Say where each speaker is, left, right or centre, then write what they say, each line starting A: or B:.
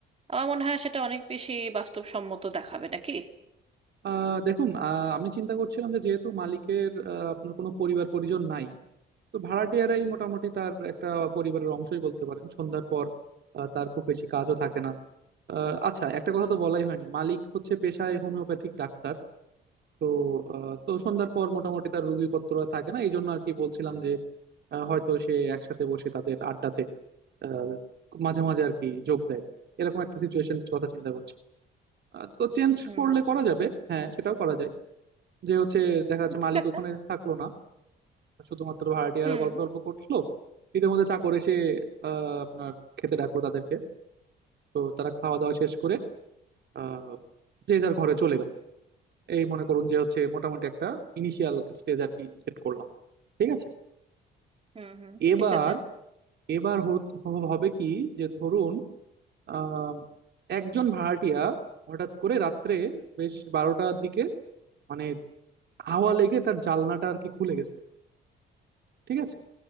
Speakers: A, on the right; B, on the right.
A: আমার মনে হয় সেটা অনেক বেশি বাস্তবসম্মত দেখাবে নাকি
B: আহ দেখুন আহ, আমি চিন্তা করছিলাম যে যেহেতু মালিকের আহ, আপনার কোনো পরিবার পরিজন নাই তো ভাড়াটিয়ারাই মোটামুটি তার একটা পরিবারের অংশই বলতে পারেন সন্ধ্যার পর আহ, তার খুব বেশি কাজও থাকে না আহ, আচ্ছা একটা কথা তো বলাই হয়নি মালিক হচ্ছে পেশায় হোমিওপ্যাথিক ডাক্তার তো আহ, তো সন্ধ্যার পর মোটামুটি তার রোগীপত্র আর থাকে না এই জন্য আর কি বলছিলাম যে আহ, হয়তো সে একসাথে বসে তাদের আড্ডাতে আহ, মাঝে মাঝে আর কি যোগ দেয় এরকম একটা সিচুয়েশন কথা চিন্তা করছি আহ, তো চেঞ্জ
A: হুম
B: করলে করা যাবে হ্যাঁ সেটাও করা যায় যে হচ্ছে দেখা যাচ্ছে
A: ঠিক
B: মালিক
A: আছে
B: ওখানে থাকলো না শুধুমাত্র ভাড়াটিয়ারা
A: হুম
B: গল্প গল্প করছিল ইতিমধ্যে চাকর এসে আহ, আপনার খেতে ডাকলো তাদেরকে তো তারা খাওয়া দাওয়া শেষ করে আহ, যে যার ঘরে চলে গেল এই মনে করুন যে হচ্ছে মোটামুটি একটা ইনিশিয়াল স্টেজ আর কি সেট করলাম ঠিক আছে
A: হুম হুম
B: এবার
A: ঠিক আছে
B: এবার হত- হ- হবে কি যে ধরুন আহ, একজন ভাড়াটিয়া হঠাৎ করে রাত্রে বেশ বারোটার দিকে মানে হাওয়া লেগে তার জানলাটা আর কি খুলে গেছে ঠিক আছে